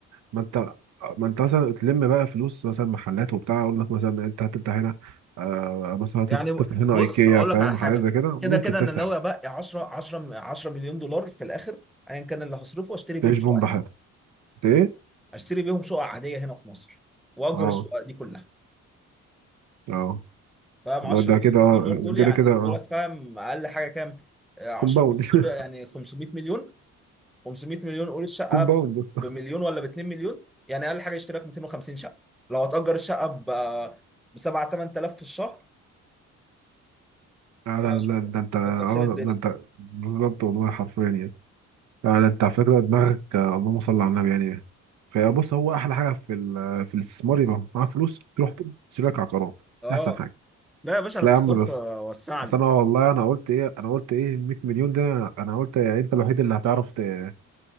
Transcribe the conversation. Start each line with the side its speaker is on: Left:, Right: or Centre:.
Right: ما انت ما انت مثلا تلم بقى فلوس مثلا محلات وبتاع اقول لك مثلا انت هتفتح هنا آه مثلا هت-
Centre: يعني
Right: هتفتح هنا
Centre: بص
Right: ايكيا
Centre: هقول
Right: فاهم
Centre: لك على حاجه
Right: حاجه زي كده
Centre: كده
Right: ممكن
Centre: كده
Right: تفتح
Centre: انا ناوي ابقى 10 10 10 مليون دولار في الاخر ايا كان اللي هصرفه اشتري بيهم
Right: تعيش
Centre: شقه
Right: بوم بحالك
Centre: هنا
Right: انت ايه
Centre: اشتري بيهم شقه عاديه هنا في مصر واجر
Right: اه
Centre: الشقه دي كلها
Right: اه
Centre: فاهم
Right: والله
Centre: 10
Right: ده
Centre: مليون
Right: كده آه،
Centre: دولار دول يعني
Right: كده كده
Centre: يجيبوا
Right: اه
Centre: لك فاهم اقل حاجه كام آه، 10
Right: كومباوند
Centre: مليون
Right: <laughs>
Centre: دول يعني 500 مليون 500 مليون قول الشقه
Right: كومباوند بس
Centre: بمليون ولا ب 2 مليون يعني اقل حاجه يشتري لك 250 شقه لو هتأجر الشقه ب ب 7 8000 في الشهر
Right: لا
Centre: لا
Right: لا لا
Centre: شكرا
Right: ده انت اه
Centre: كتر خير الدنيا
Right: ده انت بالظبط والله حرفيا يعني لا ده انت على فكره دماغك آه، اللهم صل على النبي يعني فبص هو احلى حاجه في ال- في الاستثمار يبقى معاك فلوس تروح تشتري لك عقارات
Centre: اه
Right: دي احسن حاجه
Centre: لا يا باشا
Right: بس
Centre: انا
Right: لا
Centre: في
Right: يا
Centre: الصرف
Right: عم بس
Centre: وسعني
Right: بس انا والله انا قلت ايه انا قلت ايه 100 مليون ده انا قلت يعني انت الوحيد اللي هتعرف ت-